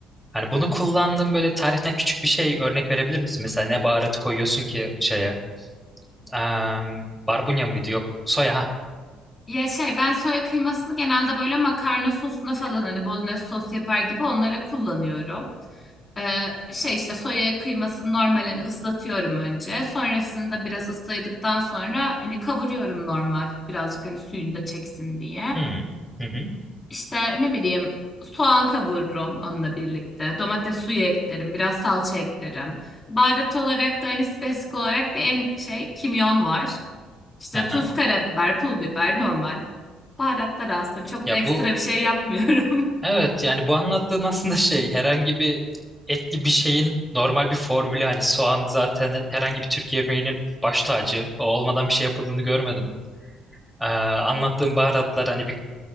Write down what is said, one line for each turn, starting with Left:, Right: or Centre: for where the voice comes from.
Centre: Hani bunu kullandığım böyle tariften küçük bir şey örnek verebilir misin? Mesela ne baharatı koyuyorsun ki şeye? Em, barbunya mıydı? Yok. Soya. Ha.
Left: Ya şey ben soya kıymasını genelde böyle makarna sosuna falan hani bolognese sos yapar gibi onlara kullanıyorum. Ee, şey işte soya kıymasını normalini ıslatıyorum önce. Sonrasında biraz ısladıktan sonra hani kavuruyorum normal birazcık hani suyunu da çeksin diye.
Centre: Hmm. Hı hı.
Left: İşte ne bileyim soğan kavururum onunla birlikte. Domates suyu eklerim, biraz salça eklerim. Baharat olarak da hani spesifik olarak bir en şey kimyon var. İşte
Centre: Aha.
Left: tuz, karabiber, pul biber normal. Baharatlar aslında çok
Centre: Ya
Left: da ekstra
Centre: bu
Left: bir şey yapmıyorum.
Centre: Evet yani bu anlattığın aslında şey herhangi bir etli bir şeyin normal bir formülü hani soğan zaten herhangi bir Türk yemeğinin baş tacı o olmadan bir şey yapıldığını görmedim. Ee, anlattığın baharatlar hani bir,